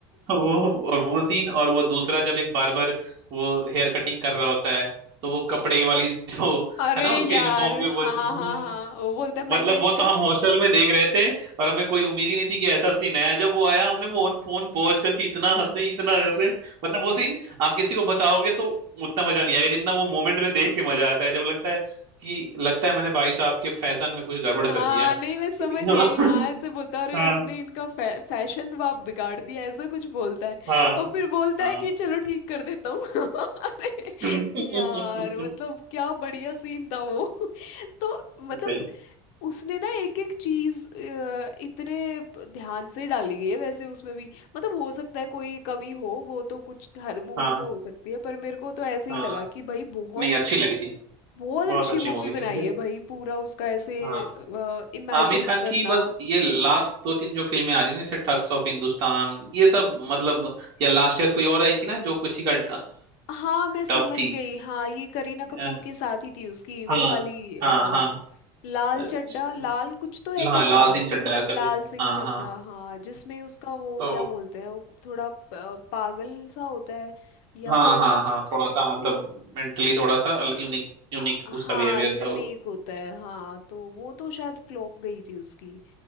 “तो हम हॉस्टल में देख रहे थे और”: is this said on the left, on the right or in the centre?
Right